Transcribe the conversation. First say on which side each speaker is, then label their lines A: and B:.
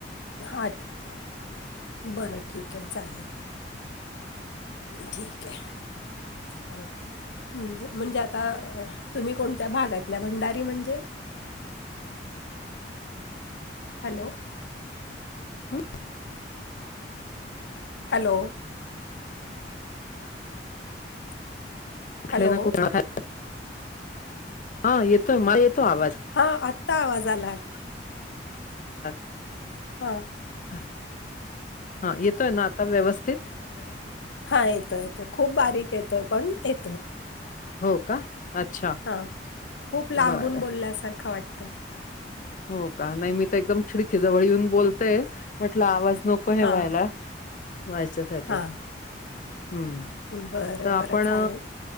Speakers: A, on the left; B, on the left.
A: हा त्याचा तो चालूच राहू दे बरं ठीक आहे चालेल ठीक आहे चला म्हणजे आता तुम्ही कोणत्या भागातल्या भंडारी म्हणजे हॅलो
B: हं?
A: हॅलो
B: कुठले
A: हॅलो
B: ना कुठले हा येतोय मला येतो आवाज
A: हा आत्ता आवाज आलाय
B: <inaudible>
A: हा
B: हा येतोय ना आता व्यवस्थित
A: व्यवस्थित हा येतोय येतोय खूप बारीक येतोय पण येतोय
B: हो का
A: हो
B: अच्छा
A: का अच्छा हा खूप लांबून
B: बरं
A: बोलल्यासारखं वाटतंय
B: हो का नाही मी तर एकदम खिडकीजवळ येऊन बोल ते म्हटलं आवाज नको हे
A: हां.
B: व्हायला व्हायच्यासाठी
A: हां.
B: हम्म
A: बरं,
B: तर आपण
A: बरं चालेल.